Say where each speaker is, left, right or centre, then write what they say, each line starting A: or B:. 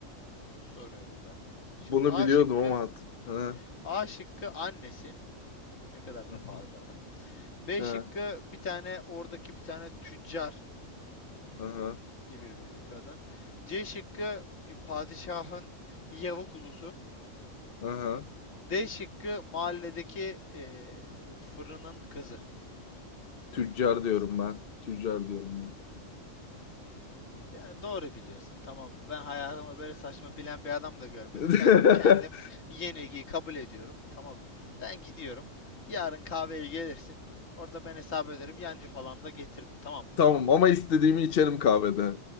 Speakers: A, on the left; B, on the left.
A: e, soruyorum ben. Şimdi
B: Bunu
A: A
B: biliyordum
A: şıkkı.
B: ama attım. Ha,
A: A şıkkı annesi. Ne kadar
B: hı
A: vefalı
B: hı,
A: bir adam. B
B: ha,
A: şıkkı bir tane oradaki bir tane tüccar
B: aha,
A: gibi bir kadın. C şıkkı e, padişahın yavuk ulusu.
B: aha.
A: D şıkkı mahalledeki eee, fırının kızı. Fırıncının
B: Tüccar
A: kızı.
B: diyorum ben. Tüccar diyorum ben.
A: Yani doğru biliyorsun tamam mı? Ben hayatımda böyle saçma bilen bir adam da görmedim.
B: <laughs>
A: Ben kendim yenilgiyi kabul ediyorum. Tamam mı? Ben gidiyorum. Yarın kahveye gelirsin. Orada ben hesap ederim. Yancı falan da getirme. Tamam mı?
B: Tamam ama istediğimi içerim kahvede.